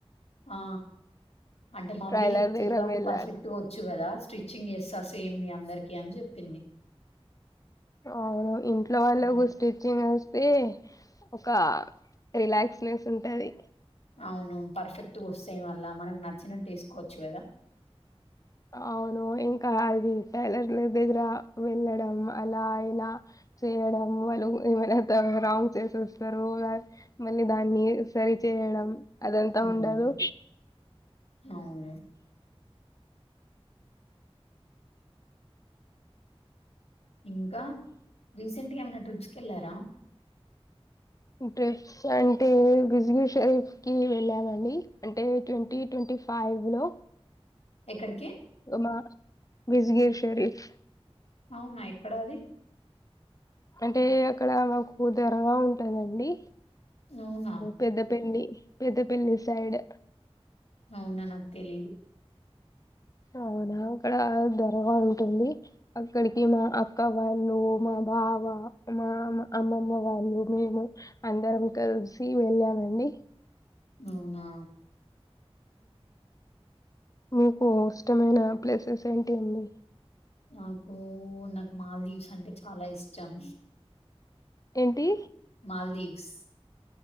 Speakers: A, on the left; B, on the left.
A: ఆ అంటే మామ్మీకి
B: ట్రైలర్ దగ్గర
A: ఎట్లాగ
B: వెళ్ళాలి
A: పర్ఫెక్ట్ గా వచ్చు కదా స్టిచ్చింగ్ చేస్తా సేమ్ మీ అందరికి అని చెప్పింది
B: అవును ఇంట్లో వాళ్ళ
A: ఉమ్.
B: స్టిచ్చింగ్ చేస్తే ఒక రిలాక్స్నెస్ ఉంటది
A: అవును పర్ఫెక్ట్ వస్తే వల్ల మనకు నచ్చినట్టు వేసుకోవచ్చు కదా
B: అవును ఇంకా అది టైలర్ల దగ్గర వెళ్ళడం అలా అయినా చేయడం వాళ్ళు ఏమైనా రాంగ్ చేసేస్తారు మళ్ళీ దాన్ని సరి చేయడం అది అంతా
A: అవును
B: ఉండదు
A: అవును ఇంకా రసెంట్ గా ఏమైనా ట్రిప్స్ కెళ్ళారా
B: ట్రిప్స్ అంటే ఎగ్జిబిషన్ కి వెళ్ళామండి అంటే ట్వంటీ ట్వంటీ ఫైవ్ లో
A: ఎక్కడికి
B: మా విజగి షరీఫ్
A: అవునా ఎక్కడ అది
B: అంటే అక్కడ మాకు దర్గా ఉంటందండి
A: అవునా?
B: పెద్దపల్లి పెద్దపల్లి సైడ్
A: అవున నాకు తెలీదు
B: అవునా అక్కడ దర్గా ఉంటుంది అక్కడికి మా అక్క వాళ్ళు మా బావ మా అమ్మమ్మ వాళ్ళు మేము అందరం కలుసి వెళ్ళామండి
A: అవునా
B: మీకు ఇష్టమైన ప్లేసెస్ ఏంటి అండి
A: నాకు నాకు మాల్దీవ్స్ అంటే చాలా ఇష్టం
B: ఏంటి
A: మాల్దీవ్స్